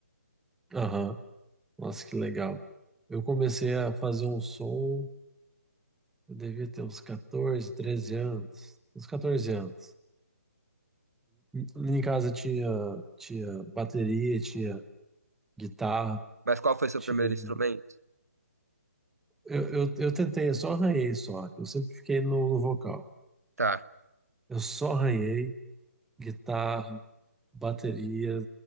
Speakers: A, in the centre; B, on the right.
A: Aham, Nossa, que legal. Eu comecei a fazer um som, eu devia ter uns 14 13 anos. Uns 14 anos. Lá Em casa tinha, tinha bateria, tinha guitarra,
B: Mas qual foi seu
A: tinha.
B: primeiro
A: um-
B: instrumento?
A: Eu, eu, eu tentei, eu só arranhei só. Eu sempre fiquei no, no vocal.
B: Tá,
A: Eu só arranhei guitarra, bateria.